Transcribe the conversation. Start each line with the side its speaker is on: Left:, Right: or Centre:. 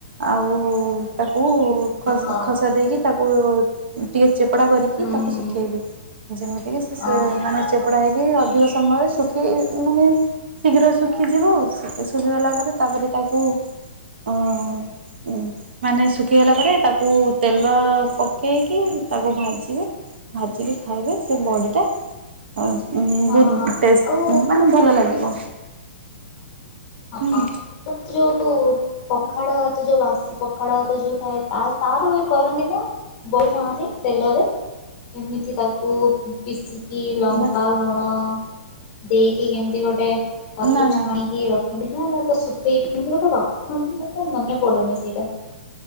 Right: ଆଉ ତାକୁ ଖସ
Left: ହଁ
Right: ଖସା ଦେଇକି ତାକୁ ଟିକେ ଚେପଡା କରିକି
Left: ହୁଁ
Right: ତାକୁ
Left: ହୁଁ
Right: ଶୁଖେଇବେ। ଯେମିତିକ ସେ
Left: ଓହୋ
Right: <unintelligible> ଚେପଡ଼ା ହେଇକି ଅଧିକ ସମୟରେ ଶୁଖି ମାନେ ଶୀଘ୍ର ଶୁଖିଯିବ ଆଉ। ଶୁଖି ଶୁଖିଗଲା ପରେ ତାପରେ ତାକୁ ଅ ଉ ମାନେ ଶୁଖିଗଲା ପରେ ତାକୁ ତେଲ ପକ ପକେଇକି ତାକୁ ଭାଜିବେ, ଭାଜିକି ଖାଇବେ ସେ ବଡ଼ିଟା ଆ ହୁ
Left: ଓହୋ
Right: ବହୁତ ଟେଷ୍ଟ
Left: ଆଉ
Right: ମାନେ ଭଲ ଲାଗିବ।
Left: ହଁ
Right: ହୁଁ
Left: ଯଉ ପଖାଳ ଭାତ ଯୋଉ ବାସି ପଖାଳ ଭାତ ଯୋଉ ଥାଏ ତା ତାର ବି କରନ୍ତି ନା? ବଡ଼ି ଛାଣନ୍ତି ତେଲରେ ଏମିତି ତାକୁ ପିଶିକି ଲଙ୍କା
Right: ବାସ୍
Left: ଲୁଣ ଦେଇକି କେମିତି ଗୋଟେ ତାକୁ
Right: ନା
Left: ଛାଣିକି
Right: ନା
Left: ରଖନ୍ତି ନା, ତ ଶୁଖେଇକି କେମିତି ଗୋଟେ ରଖନ୍ତି ମତେ ମନେ ପଡୁନି ସେଇଟା।